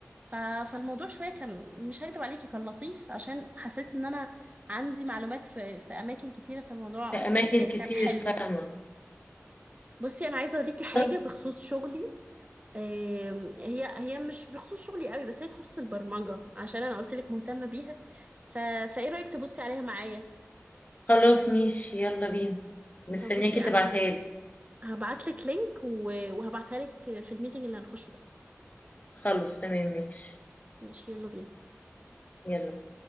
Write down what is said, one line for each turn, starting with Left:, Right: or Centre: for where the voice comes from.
Right: ف... فالموضوع شوية كان مش هكدب عليكي كان لطيف عشان حسيت ان انا عندي معلومات في في اماكن كتيرة فالموضوع
Left: في اماكن
Right: كان
Left: كتير
Right: كان حلو
Left: فاهمه
Right: بصي انا عايزة اوريكي حاجة
Left: طب
Right: بخصوص شغلي آم، هي هي مش بخصوص شغلي قوي بس هي تخص البرمجة عشان انا قلت لك مهتمة بيها ف... فايه رأيك تبصي عليها معايا
Left: خلاص ماشي يلا بينا مستنياكي
Right: طب بصي
Left: تبعتها
Right: انا
Left: لي
Right: هبعت لك لينك و... وهبعتها لك في الميتنج اللي هنخشه ده
Left: خلاص تمام ماشي
Right: ماشي يلا بينا
Left: يلا